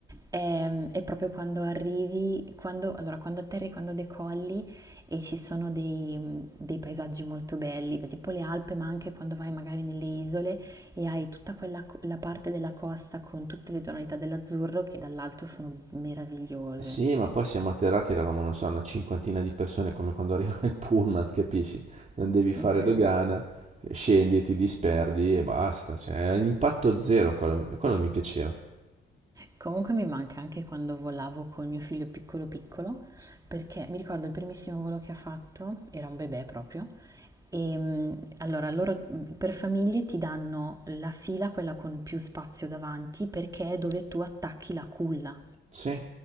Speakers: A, on the right; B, on the right.
A: ehm, è proprio quando arrivi quando allora, quando atterri, quando decolli e ci sono dei mhmm, dei paesaggi molto belli, beh, tipo le Alpi, ma anche quando vai magari nelle isole e hai tutta quella co la parte della costa con tutte le tonalità dell'azzurro che dall'alto sono meravigliose.
B: Sì, ma poi siamo atterrati, eravamo, non so, una cinquantina di persone, come quando arriva il pullman, capisci? Non devi fare
A: Okay.
B: dogana, scendi e ti disperdi e basta. Cioè, è impatto zero quello, quello che mi piaceva.
A: Comunque mi manca anche quando volavo con mio figlio piccolo piccolo, perché mi ricordo il primissimo volo che ha fatto, era un bebè proprio, e mm, allora loro mm, per famiglie ti danno la fila, quella con più spazio davanti, perché è dove tu attacchi la culla
B: Sì,